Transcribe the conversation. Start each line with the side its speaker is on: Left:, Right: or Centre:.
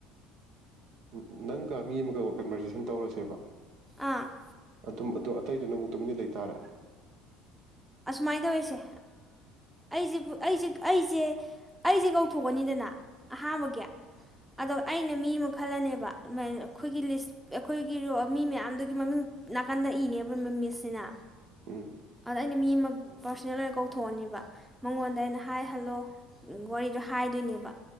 Right: ꯑꯣ ꯎ <unintelligible> <inaudible> ꯅꯪꯒ ꯃꯤ ꯑꯃꯒ ꯀꯟꯕꯔꯖꯦꯁꯟ ꯇꯧꯔꯁꯦꯕ
Centre: ꯑꯥ
Right: ꯇꯨꯝ ꯑꯗꯨ ꯑꯇꯩꯗꯨꯅ ꯑꯃꯨꯛ ꯇꯨꯃꯤꯟꯅ ꯂꯩꯇꯥꯔꯦ
Centre: ꯑꯁꯨꯃꯥꯏꯅ ꯇꯧꯋꯁꯦ ꯑꯩꯁꯦꯕꯨ ꯑꯩꯁꯦ ꯑꯩꯁꯦ ꯑꯩꯁꯦ ꯀꯧꯊꯣꯛꯑꯅꯤꯗꯅ ꯑꯍꯥꯟꯕꯒꯤ ꯑꯗꯣ ꯑꯩꯅ ꯃꯤ ꯑꯃ ꯈꯜꯂꯅꯦꯕ ꯑꯗꯨꯥꯏ ꯑꯩꯈꯣꯏꯒꯤ ꯂꯤꯁ ꯑꯩꯈꯣꯏꯒꯤꯣ ꯃꯤ ꯃꯌꯥꯝꯗꯨꯒꯤ ꯃꯃꯤꯡ ꯅꯥꯀꯟꯗ ꯏꯅꯦꯕ ꯃꯤꯁꯁꯤꯅ
Right: ꯎꯝ
Centre: ꯑꯗꯣ ꯑꯩꯅ ꯃꯤ ꯑꯃ ꯄꯥꯔꯁꯣꯅꯦꯜ ꯑꯣꯏꯅ ꯀꯧꯊꯣꯛꯑꯅꯦꯕ ꯃꯉꯣꯟꯗ ꯑꯩꯅ ꯍꯥꯏꯍꯜꯂꯣ ꯋꯥꯔꯤꯗꯣ ꯍꯥꯏꯗꯣꯏꯅꯦꯕ